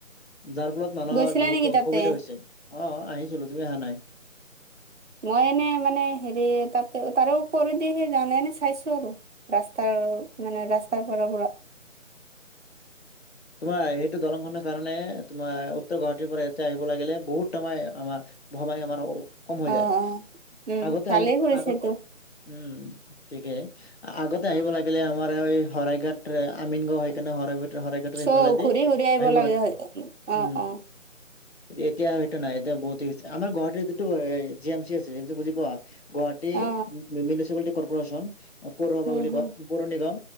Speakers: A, on the left; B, on the right.
A: যাৰ ফলত মানুহৰ
B: গৈছিলা
A: বহুতো
B: নেকি
A: অসুবিধা
B: তাতে
A: হৈছে। অঁ আহিছিলো তুমি অহা নাই।
B: মই এনে মানে হেৰি তাতে তাৰে ওপ দি সেই যোৱা নাই এনে চাইছো আৰু। ৰাস্তাৰ মানে ৰাস্তাৰ পৰা পৰা।
A: তোমাৰ সেইটো দলংখনৰ কাৰণে তোমাৰ উত্তৰ গুৱাহাটীৰ পৰা ইয়াতে আহিব লাগিলে বহুত সময় আমাৰ- ভমাই আমাৰ কম হৈ
B: অ
A: যায়,
B: অ উম
A: আগতে
B: ভালেই
A: আমি
B: কৰিছেতো
A: আগত উম'- ঠিকে আগতে আহিব লাগিলে আমাৰ এই শৰাইঘাট আমিন গাঁও সেইকাৰণে শৰাই শৰাইঘাট- সেইফালে
B: চ'
A: দি
B: ঘূৰি ঘূৰি
A: আহিব
B: লাগে
A: লাগিছিল।
B: অ
A: উম'
B: অ
A: এতিয়া সেইটো নাই এতিয়া বহুত হৈছে আমাৰ গুৱাটীত যিটো G A G M C আছে সেইটো বুজি পোৱা। গুৱাহাটী
B: অ
A: মিউনিচিপালিটি কৰ্প'ৰেচন পৌৰসভা
B: উম
A: বুলি
B: হম
A: কয়। পৰ নিগম